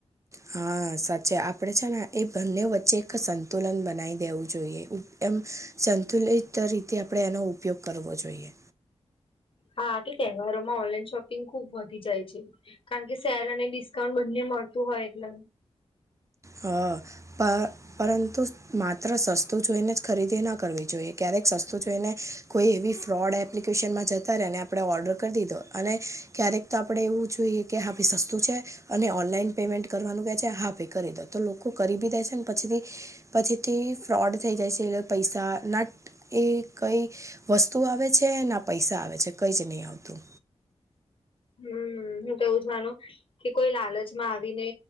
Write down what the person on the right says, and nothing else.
હા સાચે આપડે છે ને એ બંને વચ્ચે એક સંતુલન બનાવી દેવું જોઈએ. એમ સંતુલિત રીતે આપણે એનો ઉપયોગ કરવો જોઈએ.
હા પ પરંતુ માત્ર સસ્તું જોઈને જ ખરીદી ના કરવી જોઈએ ક્યારેક સસ્તું જોઈને કોઈ એવી ફ્રોડ એપ્લિકેશનમાં જતાં રહેને આપણે ઓર્ડર કરી દીધો અને ક્યારેક તો આપણે એવું જોઈએ કે હા ભે સસ્તું છે અને ઓનલાઈન પેમેન્ટ કરવાનું ક્યા છે હા પે કરી દઉ. તો લોકો કરી બી દે છે ને પછીથી પછીથી ફ્રોડ થઈ જાય છે એટલે પૈસા ના એ કંઈ વસ્તુ આવે છે ના પૈસા આવે છે કંઈ જ નહીં આવતું.